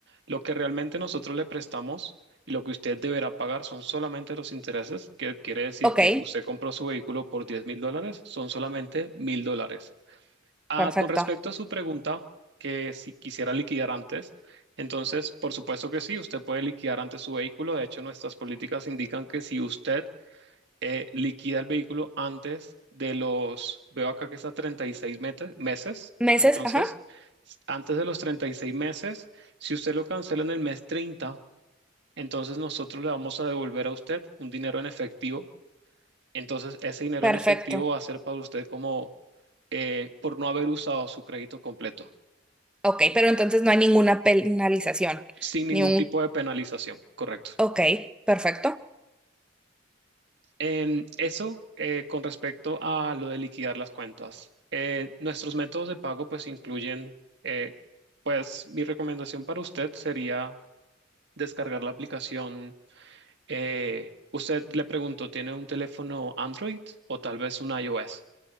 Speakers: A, on the right; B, in the centre.
A: Lo que realmente nosotros le prestamos y lo que usted deberá pagar son solamente los intereses, que quiere decir
B: ok,
A: que usted compró su vehículo por diez mil dólares, son solamente mil dólares. Ah,
B: perfecto.
A: con respecto a su pregunta, que si quisiera liquidar antes, entonces, por supuesto que sí, usted puede liquidar antes su vehículo. De hecho, nuestras políticas indican que si usted eh, liquida el vehículo antes de los, veo acá que está 36 mete- meses,
B: Meses,
A: entonces,
B: ajá,
A: s- antes de los 36 meses, si usted lo cancela en el mes 30, entonces nosotros le vamos a devolver a usted un dinero en efectivo entonces, ese dinero
B: perfecto.
A: en efectivo va a ser para usted como eh, por no haber usado su crédito completo,
B: Ok, pero entonces no hay ninguna penalización,
A: sin ningún
B: ni un...
A: tipo de penalización, correcto.
B: Ok, perfecto.
A: Em, eso eh, con respecto a lo de liquidar las cuentas. Eh, nuestros métodos de pago pues incluyen, eh, pues mi recomendación para usted sería descargar la aplicación. eh, usted le pregunto, ¿tiene un teléfono Android o tal vez un iOS?